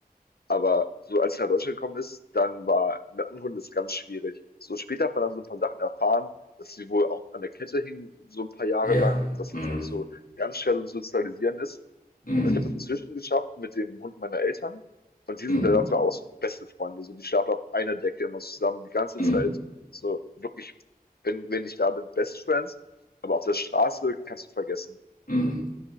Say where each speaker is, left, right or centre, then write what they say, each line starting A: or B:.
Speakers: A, on the left; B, on the left.
A: Aber so als sie nach Deutschland gekommen ist, dann war mit anderen Hunden ist ganz schwierig. So später hat man dann so ein paar Sachen erfahren, dass sie wohl auch an der Kette hing, so ein paar Jahre
B: Ja.
A: lang, und dass sie
B: Mm.
A: deshalb so ganz schwer so sozialisieren ist.
B: Mm.
A: Also ich habe das inzwischen geschafft mit dem Hund meiner Eltern. Und die sind
B: Mm.
A: da dafür auch so beste Freunde. So, die schlafen auf einer Decke immer zusammen, die ganze
B: Mm.
A: Zeit.
B: Mm.
A: So wirklich, wenn, wenn ich da bin, Best Friends. Aber auf der Straße kannst du vergessen.
B: Mm.